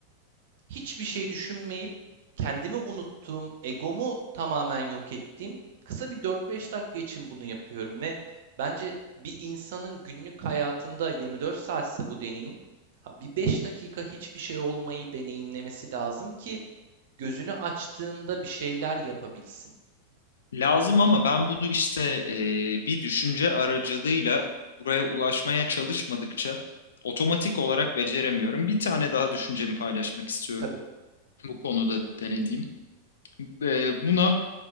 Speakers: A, on the right (about 55°); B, on the left (about 65°).
A: hiçbir şey düşünmeyip kendimi unuttuğum, egomu tamamen yok ettiğim kısa bir 4-5 dakika için bunu yapıyorum ve bence bir insanın günlük hayatında 24 saatse bu deneyim bir 5 dakika hiçbir şey olmayı deneyimlemesi lazım ki gözünü açtığında bir şeyler yapabilsin.
B: Lazım ama ben bunu işte eee, bir düşünce aracılığıyla buraya ulaşmaya çalışmadıkça otomatik olarak beceremiyorum. Bir tane daha düşüncemi paylaşmak istiyorum
A: Tabii.
B: bu konuda denediğim. Ee, buna